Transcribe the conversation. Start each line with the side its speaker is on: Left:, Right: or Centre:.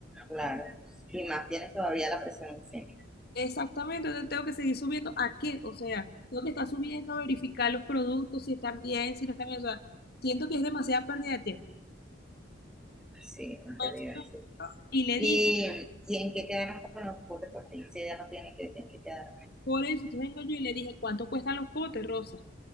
Centre: claro. Y más tienes todavía la presión encima.
Left: Exactamente, entonces tengo que seguir subiendo a qué, o sea, tengo que estar subiendo a verificar los productos, si están bien, si no están bien, o sea, siento que es demasiada pérdida de tiempo.
Centre: Sí, en
Left: Entonces,
Centre: realidad, sí.
Left: y le
Centre: ¿Y,
Left: dije,
Centre: y en qué quedaron con los botes por fin? Si ya no tienes que, en qué quedaron.
Left: Por eso, entonces vengo yo y le dije, ¿cuánto cuestan los potes, Rosa?